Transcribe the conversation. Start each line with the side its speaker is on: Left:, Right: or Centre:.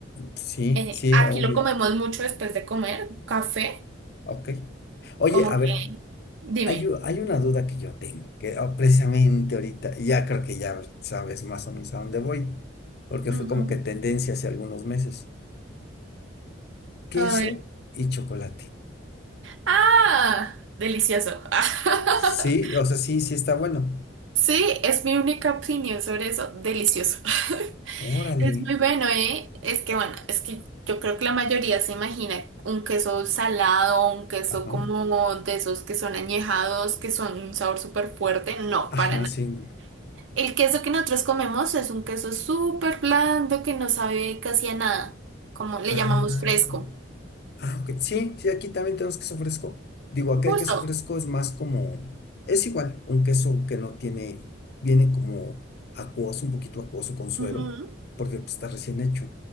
Left: sí,
Right: Eh,
Left: sí,
Right: aquí
Left: obvio.
Right: lo comemos mucho después de comer, café,
Left: Ok. Oye,
Right: como
Left: a ver,
Right: que, dime.
Left: hay, u- hay una duda que yo tengo, que ah, precisamente ahorita, y ya creo que ya sabes más o menos a dónde voy, porque fue
Right: Ujú.
Left: como que tendencia hace algunos meses. Queso
Right: A ver.
Left: y chocolate.
Right: Ah, delicioso. <laughs>
Left: Sí, o sea, sí, sí está bueno.
Right: Sí, es mi única opinión sobre eso, delicioso. <laughs>
Left: Órale.
Right: Es muy bueno, ¿eh? Es que bueno, es que yo creo que la mayoría se imagina un queso salado, un queso
Left: Ajá.
Right: como de esos que son añejados, que son un sabor súper fuerte. No,
Left: Ajá,
Right: para nada.
Left: sí. no.
Right: El queso que nosotros comemos es un queso súper blando que no sabe casi a nada, como le
Left: Ah.
Right: llamamos fresco.
Left: Ah, ok. Sí, sí, aquí también tenemos queso fresco. Digo, acá
Right: Justo.
Left: el queso fresco es más como, es igual, un queso que no tiene, viene como acuoso, un poquito acuoso con suero,
Right: Ujú.
Left: porque pues, está recién hecho.